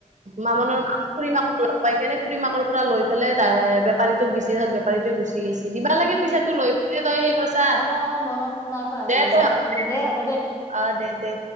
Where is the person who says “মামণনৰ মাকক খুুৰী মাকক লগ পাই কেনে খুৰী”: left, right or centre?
Right